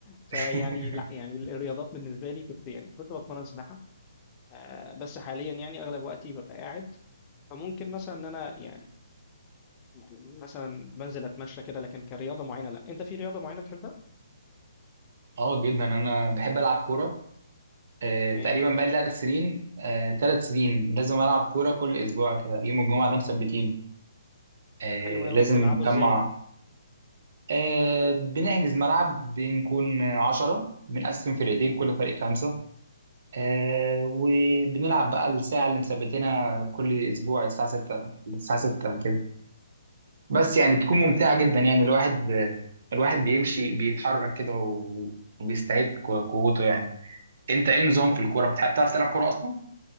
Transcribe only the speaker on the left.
فيعني
لا يعني الرياضات بالنسبه لي كنت يعني كنت بتمرن سباحه آه، بس حاليا يعني اغلب وقتي ببقى قاعد فممكن مثلا ان انا يعني يعني مثلا بنزل اتمشى كده لكن كرياضه معينه لا انت في رياضه معينه بتحبها
تمام
حلو قوي
بتلعبه
ازاي
حلو
قوي